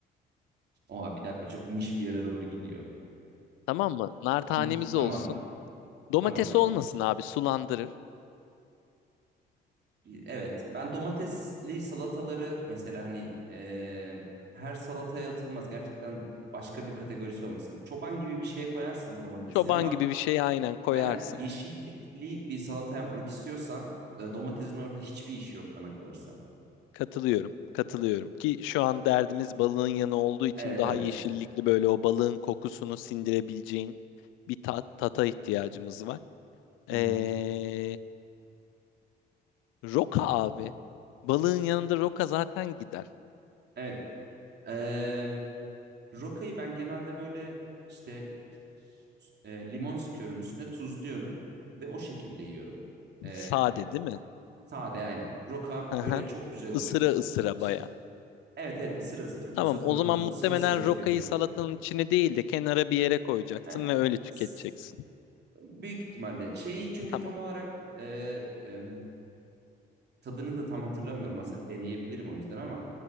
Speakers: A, on the right; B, on the left.
A: Oha bir dakika çok niş bir yere doğru gidiyor.
B: Tamam mı? Nar tanemiz
A: <laughs> Tamam.
B: olsun. Domates
A: Tamam.
B: olmasın abi sulandırır.
A: evet ben domatesli salataları mesela hani e, her salataya atılmaz. Gerçekten başka bir kategorisi olmasın. Çoban gibi bir şeye koyarsın domatesi
B: Çoban
A: ama
B: gibi bir şey aynen koyarsın.
A: aynen yeşillikli bir salata yapmak istiyorsan e, domatesin orada hiçbir işi yok bana kalırsa.
B: Katılıyorum. Katılıyorum ki şu an derdimiz balığın yanı olduğu için
A: Evet
B: daha
A: evet.
B: yeşillikli böyle o balığın kokusunu sindirebileceğin bir tat, tata ihtiyacımız var.
A: Hı
B: Ee,
A: hı.
B: Roka abi. Balığın yanında roka zaten gider.
A: Evet. E, rokayı ben genelde böyle işte e, limon sıkıyorum üstüne tuzluyorum ve o şekilde yiyorum. E,
B: Sade değil mi?
A: Sade aynen. Roka
B: Hı
A: öyle
B: hı.
A: çok güzel oluyor.
B: Isıra ısıra
A: İşte,
B: baya.
A: evet evet ısıra ısıra böyle
B: Tamam
A: sapından
B: o zaman
A: tutup
B: muhtemelen
A: ısıra ısıra tüketiyorum.
B: rokayı salatanın içine değil de kenara bir yere koyacaksın
A: Yani,
B: ve öyle tüketeceksin.
A: s- büyük ihtimalle şeyi çünkü
B: Tamam.
A: tam olarak e, e, tadını da tam hatırlamıyorum aslında deneyebilirim o yüzden ama